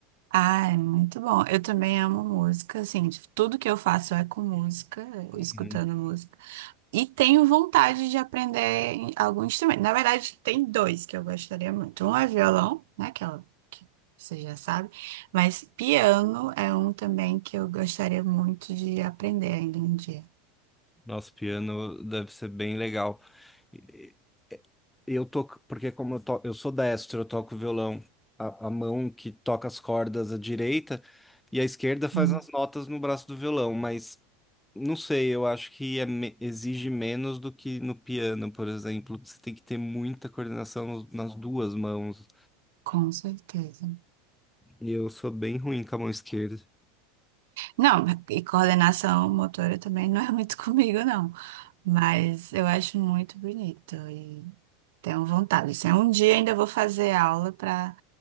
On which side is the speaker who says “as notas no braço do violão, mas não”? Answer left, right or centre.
Centre